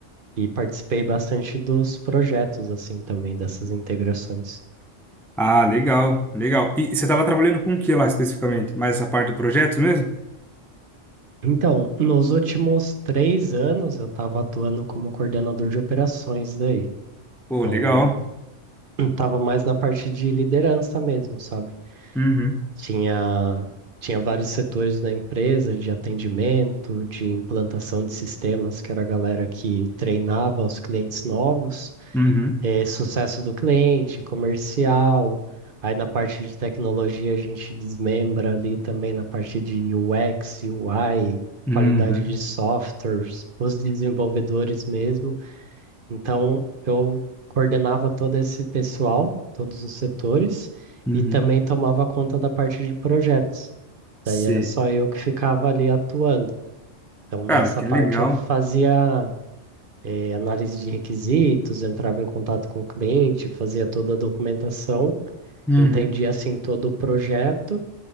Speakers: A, on the right; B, in the centre.
A: e participei bastante dos projetos, assim, também, dessas integrações.
B: Ah, legal, legal. E você estava trabalhando com o que lá especificamente? Mais essa parte de projetos mesmo?
A: Então, nos últimos três anos, eu estava atuando como coordenador de operações daí.
B: Pô,
A: Então,
B: legal.
A: <clears throat> estava mais na parte de liderança mesmo, sabe?
B: Uhum,
A: Tinha, tinha vários setores da empresa, de atendimento, de implantação de sistemas, que era a galera que treinava os clientes novos.
B: uhum,
A: eh, sucesso do cliente, comercial. Aí na parte de tecnologia a gente desmembra ali também na parte de UX, UI,
B: uhum,
A: qualidade de softwares, os desenvolvedores mesmo. Então eu coordenava todo esse pessoal, todos os setores,
B: uhum.
A: e também tomava conta da parte de projetos.
B: Sei.
A: Daí era só eu que ficava ali atuando. Então
B: Cara,
A: nessa
B: que
A: parte
B: legal.
A: eu fazia eh, análise de requisitos, entrava em contato com o cliente, fazia toda a documentação,
B: Uhum.
A: entendia assim todo o projeto